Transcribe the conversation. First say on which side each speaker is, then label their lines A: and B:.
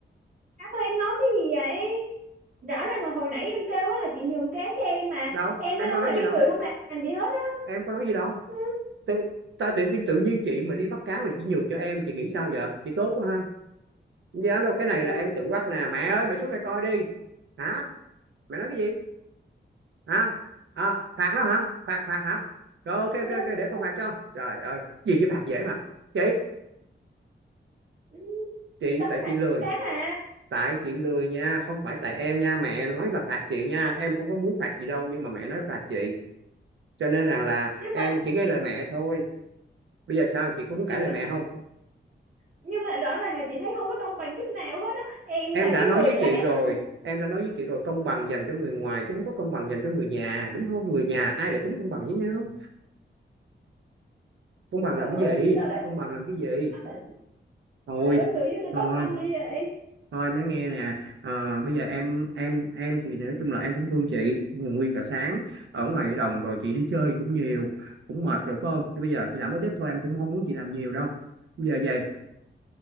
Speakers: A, on the right; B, on the right.
A: Cám ơi em nói cái gì vậy? rõ ràng là hồi nãy em kêu á là chị nhường cá cho em mà
B: đâu
A: em
B: em
A: mới đúng
B: có nói
A: là
B: gì
A: cái
B: đâu
A: người không làm gì hết á
B: em có nói gì đâu
A: Ừ,
B: tự, ta tự sinh tự nhiên chị mà đi bắt cá mà chỉ nhường cho em chị nghĩ sao vậy chị tốt quá ha không dám đâu cái này
A: ừ,
B: là em tự bắt nè mẹ ơi mẹ xuống mẹ coi đi hả mẹ nói cái gì hả à, phạt đó hả phạt phạt hả rồi ok ok
A: ừ,
B: ok để
A: ừ,
B: con phạt cho trời ơi gì chứ phạt dễ mà chị
A: ừ,
B: chị
A: tấm
B: tại chị
A: à
B: lười
A: cái mà
B: tại chị lười nha không phải tại em nha mẹ nói là phạt chị nha em không có muốn phạt chị đâu nhưng mà mẹ nói phạt chị cho nên rằng là là
A: nhưng
B: em
A: mà
B: chỉ nghe lời mẹ thôi bây giờ sao chị có muốn
A: nhưng
B: cãi lời
A: mà
B: mẹ không
A: nhưng mà rõ ràng là chị thấy không có công bằng chút nào hết á em
B: em
A: là
B: đã
A: cái
B: nói
A: người
B: với
A: lấy
B: chị rồi
A: hết
B: em đã nói với chị rồi công bằng dành cho người ngoài chứ không có công bằng dành cho người nhà đúng không người nhà ai đã tính công bằng với nhau công bằng
A: trời
B: làm cái
A: ơi,
B: gì
A: sao lại
B: công bằng làm cái gì
A: sao lại
B: thôi
A: sao lại đối xử với tôi
B: thôi
A: bất công như vậy
B: thôi em nói nghe nè à, bây giờ em em em thì nói chung là em cũng thương chị nhưng mà nguyên cả sáng ở ngoài cái đồng rồi chị đi chơi cũng nhiều cũng mệt rồi phải không thế bây giờ chị làm ít ít thôi em cũng không muốn chị làm nhiều đâu bây giờ về